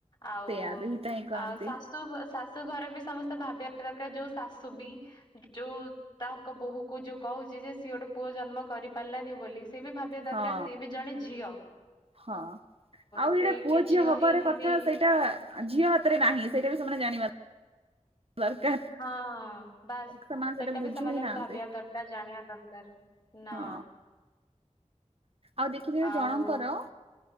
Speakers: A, on the left (about 35°); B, on the right (about 45°).
A: ଆଉ
B: ସେଇଆ ଦୁହିତା ହିଁ କହନ୍ତି।
A: ଆଉ ଶାଶୁ ଶାଶୁ ଘର ବି ସମସ୍ତେ ଭାବିବା ଦରକାର ଯୋଉ ଶାଶୁ ବି ଯୋଉ ତାଙ୍କ ବୋହୂକୁ ଯୋଉ କହୁଛି ଯେ ସିଏ ଗୋଟେ ପୁଅ ଜନ୍ମ କରିପାରିଲାନି ବୋଲି ସିଏ ବି ଭାବିବା ଦରକାର
B: ହଁ
A: ସିଏ ବି ଜଣେ ଝିଅ।
B: ହଁ ଆଉ
A: ସିଏ
B: ଏଇଟା ପୁଅ
A: କି
B: ଝିଅ ହବାର
A: ହେଇକି
B: କଥା
A: ବି
B: ସେଇଟା ଝିଅ ହାତରେ ନାହିଁ ସେଇଟା ବି ସେମାନେ ଜାଣିବା ଦରକାର।
A: ହଁ। ବାସ୍
B: ସେମାନେ
A: ସେଟା
B: ବୁଝୁ
A: ବି ସେମାନେ
B: ହିଁ ନାହାନ୍ତି
A: ଭାବିବା ଦରକାର୍ ଜାଣିବା ଦରକାର୍ ନା।
B: ହଁ। ଆଉ ଦେଖିଥିବେ
A: ଆଉ
B: ଜଣଙ୍କର